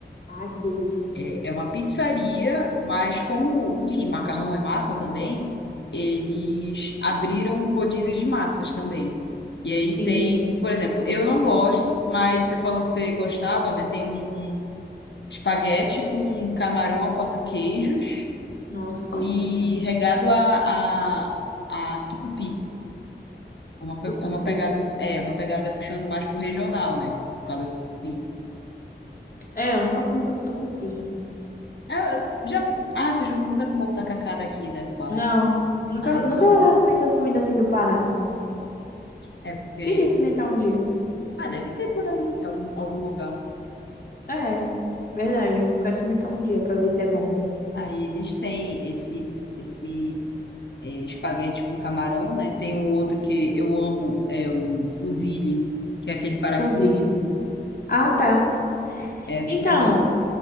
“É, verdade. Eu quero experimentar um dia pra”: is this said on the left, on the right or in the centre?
Left